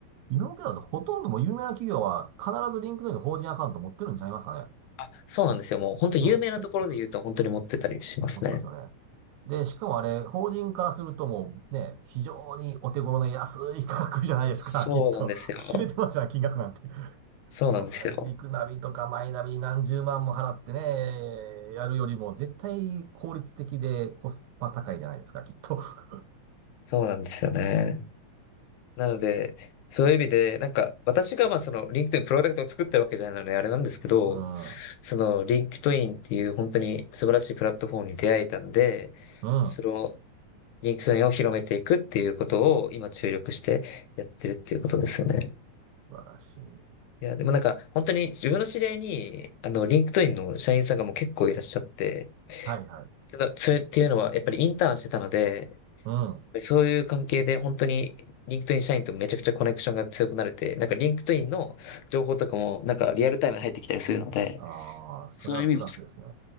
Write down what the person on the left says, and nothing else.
あ、そうなんですよ。もう本当有名なところで言うと本当に持ってたりしますね。
そうなんですよ。
そうなんですよ。
そうなんですよね。なので、そういう意味で、なんか、私がまあその、リンクトインプロダクトを作ってるわけじゃないので、あれなんですけど、
その、リンクトインっていう本当に素晴らしいプラットフォームに出会えたんで、
その、リンクトインを広めていくっていうことを今注力してやってるっていうことですよね。
いや、でもなんか、本当に自分の知り合いに、あの、リンクトインの社員さんがもう結構いらっしゃって、
けどそれっていうのは、やっぱりインターンしてたので、
そういう関係で本当にリンクトイン社員とめちゃくちゃコネクションが強くなれて、なんかリンクトインの情報とかもなんかリアルタイムで入ってきたりするので、
そういう意味も、